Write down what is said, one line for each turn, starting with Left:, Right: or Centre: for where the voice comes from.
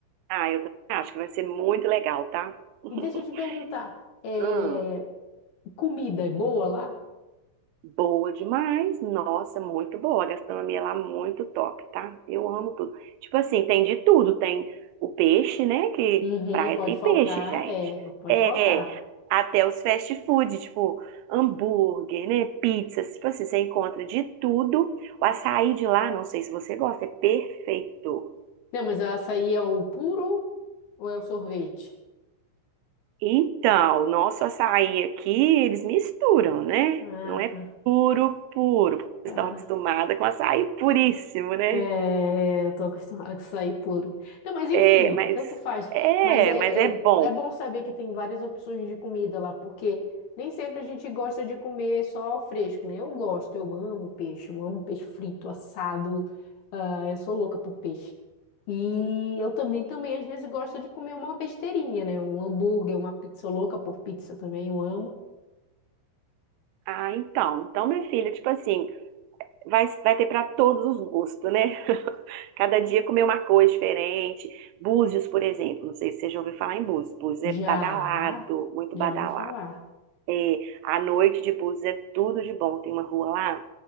Right: Ah, eu também acho que vai ser muito legal, tá? <laughs>
Left: E deixa eu te perguntar, é,
Right: Hum,
Left: comida é boa lá?
Right: boa demais. Nossa, muito boa. A gastronomia lá é muito top, tá? Eu amo tudo. Tipo assim, tem de tudo. Tem o peixe, né? Que
Left: Uhum,
Right: praia
Left: não pode
Right: tem
Left: faltar.
Right: peixe, gente.
Left: É, não pode
Right: É,
Left: faltar.
Right: até os fast food, tipo hambúrguer, né? Pizzas. Tipo assim, você encontra de tudo. O açaí de lá, não sei se você gosta, é perfeito.
Left: Não, mas o açaí é o puro ou é o sorvete?
Right: Então, nosso açaí aqui, eles misturam, né?
Left: Ah,
Right: Não é
Left: tá.
Right: puro, puro. porque
Left: Tá.
Right: Estão acostumados com açaí puríssimo, né?
Left: É, eu tô acostumada com açaí puro. Não, mas enfim,
Right: É, mas
Left: tanto faz.
Right: é,
Left: Mas é,
Right: mas é
Left: é,
Right: bom.
Left: é bom saber que tem várias opções de comida lá, porque nem sempre a gente gosta de comer só o fresco, né? Eu gosto, eu amo peixe, eu amo peixe frito, assado. ah, eu sou louca por peixe. E eu também, também, às vezes, gosto de comer uma besteirinha, né? Um hambúrguer, uma pizza sou louca por pizza também, eu amo.
Right: Ah, então, então, minha filha, tipo assim, vai, vai ter para todos os gostos, né? Cada dia comer uma coisa diferente. Búzios, por exemplo, não sei se você já ouviu falar em Búzios. Búzios é
Left: Já,
Right: badalado, muito
Left: já
Right: badalado.
Left: ouvi falar.
Right: É, à noite de Búzios é tudo de bom. Tem uma rua lá,